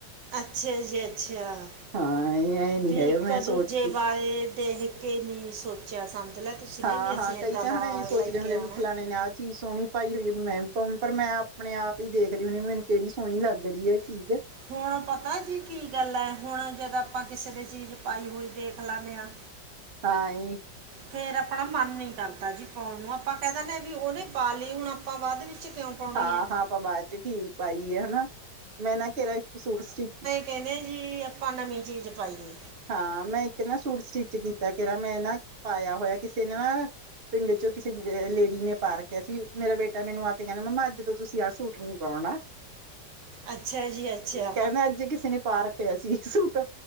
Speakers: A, on the right; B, on the right.
A: ਅੱਛਾ ਜੀ, ਅੱਛਾ।
B: ਹਾਂ ਇਹ ਐ ਨੀ
A: ਵੀ
B: ਹੈਗਾ
A: ਇੱਕ-ਦੂਜੇ
B: ਮੈਂ ਸੋਚ ਕੇ
A: ਬਾਰੇ ਦੇਹ ਕਿ ਨ੍ਹੀਂ ਸੋਚਿਆ ਸਮਝ ਲੈ ਤੁਸੀਂ ਨੇ
B: ਹਾਂ
A: ਵੀ ਅਸੀਂ
B: ਹਾਂ
A: ਇੱਦਾਂ
B: ਕਈ ਤਾਂ
A: ਦਾ
B: ਹਨਾ ਇਹ ਸੋਚਦੇ
A: ਬਾ ਲੈ
B: ਹੁੰਦੇ
A: ਕੇ ਆਉਣਾ।
B: ਵੀ ਫਲਾਣੇ ਨੇ ਆਹ ਚੀਜ਼ ਸੋਹਣੀ ਪਾਈ ਹੋਈ ਮੈਂ ਪੋਂ ਪਰ ਮੈਂ ਆਪਣੇ-ਆਪ ਈ ਦੇਖਦੀ ਹੁੰਣੀ ਆ ਮੈਨੂ ਕਿਹੜੀ ਸੋਹਣੀ ਲੱਗ ਰਈ ਐ ਚੀਜ਼
A: ਹੁਣ ਪਤਾ ਜੀ ਕੀ ਗੱਲ ਐ, ਹੁਣ ਜਦੋਂ ਆਪਾਂ ਕਿਸੇ ਦੀ ਚੀਜ਼ ਪਾਈ ਹੋਈ ਦੇਖ ਲੈਂਣੇ ਆਂ
B: ਤਾਂ ਈ।
A: ਫੇਰ ਆਪਣਾ ਮਨ ਨੀ ਕਰਦਾ ਜੀ ਪੋਣ ਨੂੰ, ਆਪਾਂ ਕੈਅ ਦੇਣੇ ਵੀ ਉਹਨੇ ਪਾ ਲੀ ਹੁਣ ਆਪਾਂ ਵਾਧ ਵਿੱਚ ਕਿਉਂ ਪਾਉਣੀ
B: ਹਾਂ,
A: ਹੈ
B: ਹਾਂ ਆਪਾਂ ਬਾਅਦ ਚ ਘੀ ਪਾਈ ਏ ਹਨਾਂ, ਮੈਂ ਨਾਂ ਤੇਰਾ ਇੱਕ ਸੂਟ ਸਟੀ
A: ਕੇਂਦੇ ਜੀ ਆਪਾਂ ਨਵੀਂ ਚੀਜ਼ ਪਾਈ ਏ।
B: ਹਾਂ, ਮੈਂ ਇੱਕ ਨਾ ਸੂਟ ਸਟਿੱਚ ਕੀਤਾ ਤੇਰਾ ਮੈਂ ਨਾਂ ਪਾਇਆ ਹੋਇਆ ਕਿਸੇ ਨਾ ਪਿੰਡ ਚੋਂ ਕਿਸੇ ਲੇਡੀ ਨੇ ਪਾ ਰੱਖਿਆ ਸੀ, ਮੇਰਾ ਬੇਟਾ ਮੈਨੂੰ ਆ ਕੇ ਕੇਂਦਾ ਮੰਮਾ ਅੱਜ ਤੋਂ ਤੁਸੀਂ ਆਹ ਸੂਟ ਨਈਂ ਪਾਉਣਾ।
A: ਅੱਛਾ ਜੀ ਅੱਛਾ
B: ਕੈਂਦਾ ਅੱਜ ਕਿਸੇ ਨੇ ਪਾ ਰੱਖਿਆ ਸੀ ਸੂਟ।